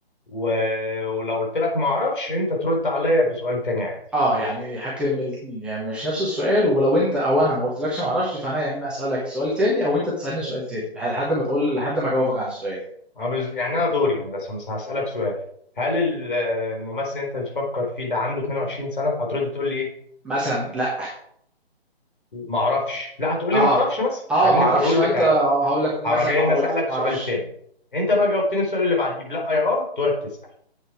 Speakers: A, on the left (about 55°); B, in the centre.
A: و... ولو قلت لك ما أعرفش أنت ترد عليا بسؤال تاني عادي
B: اه يعني حاجه من الاثنين يعني مش نفس السؤال ولو انت او انا ما قلتلكش ما اعرفش فانا يا اما اسالك سؤال تاني او انت تسالني سؤال تاني لحد ما تقول لحد ما اجاوبك عن السؤال
A: أنا بز- يعني أنا دوري هندسة مثلا هسألك سؤال هل ال- آه، الممثل اللي أنت بتفكر فيه ده عنده 22 سنة هترد تقول لي إيه
B: مثلا لا
A: ما اعرفش لا هتقولي
B: اه
A: ما اعرفش مثلا
B: اه
A: خلينا
B: ما اعرفش
A: في الرول
B: فانت
A: بتاعتي
B: آه، هقول لك مثلا
A: هروح جاي
B: ما
A: إن
B: قلت
A: اسالك
B: ما
A: سؤال
B: اعرفش
A: تاني انت بقى جاوبتني السؤال اللي بعديه بلا يا اه دورك تسال